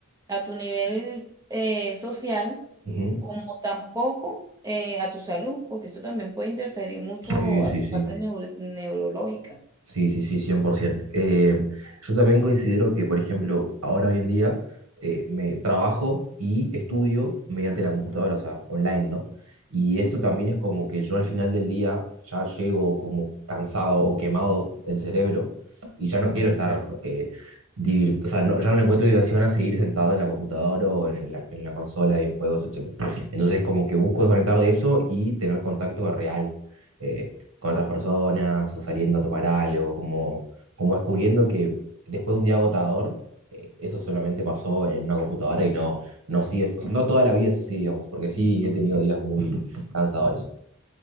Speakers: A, on the right (about 15°); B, on the right (about 80°).
A: a tu nivel eh, social,
B: Ujú.
A: como tampoco eh, a tu salud, porque esto también puede interferir mucho
B: Sí, sí,
A: a tu
B: sí.
A: parte neuro- neurológica.
B: Sí, sí, sí, 100%. Eh, yo también considero que, por ejemplo, ahora hoy en día eh, me trabajo y estudio mediante la computadora, o sea, online, ¿no? Y eso también es como que yo al final del día ya llego como cansado o quemado del cerebro y ya no quiero estar, eh, divir- o sea, no- ya no le encuentro diversión a seguir sentado en la computadora o en la, en la consola de videojuegos, etcétera. Entonces, como que busco desconectar de eso y tener contacto real. Eh, con otras personas o saliendo a tomar algo, como, como descubriendo que después de un día agotador, eh, eso solamente pasó en una computadora y no, no sigues, o sea, no toda la vida es así, digamos, porque sí he tenido días muy cansadores.